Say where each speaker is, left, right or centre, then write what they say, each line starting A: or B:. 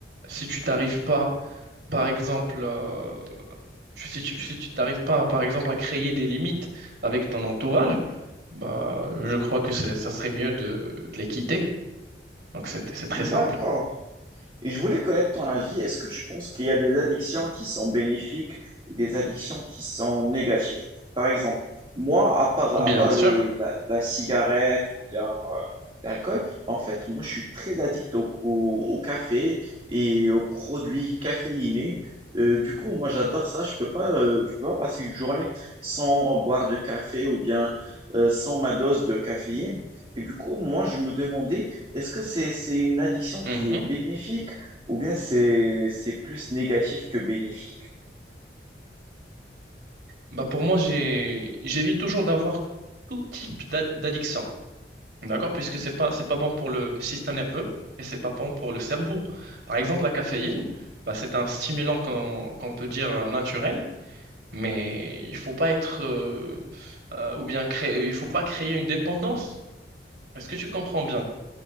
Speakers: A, on the right; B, on the right.
A: si tu t'arrives pas, par exemple, euh, tu- si tu, si tu t'arrives pas, par exemple, à créer des limites avec ton entourage, bah, je crois que c'est- ça serait mieux de, de les quitter. Donc, c'est c'est très
B: D'accord.
A: simple.
B: Et je voulais connaître ton avis. Est-ce que tu penses qu'il y a des addictions qui sont bénéfiques et des addictions qui sont négatives? Par exemple, moi, à part, à
A: Bien
B: part
A: sûr.
B: les, la, la cigarette ou bien euh, l'alcool, bah, en fait, moi, je suis très addict au, au- au café et aux produits caféinés. Euh, du coup, moi, j'adore ça. Je peux pas, euh, je peux pas passer une journée sans boire de café ou bien euh, sans ma dose de caféine. Et du coup, moi, je me demandais, est-ce que c'est, c'est une addiction qui
A: Mhm.
B: est bénéfique ou bien c'est c'est plus négatif que bénéfique.
A: Bah pour moi, j'ai, j'évite toujours d'avoir tout type d'ad- d'addiction. D'accord? Puisque c'est pas, c'est pas bon pour le système nerveux et c'est pas bon pour le cerveau. Par exemple, la caféine, bah c'est un stimulant qu'on qu'on peut dire euh, naturel, mais il faut pas être, euh, euh, ou bien créer, il faut pas créer une dépendance. Est-ce que tu comprends bien?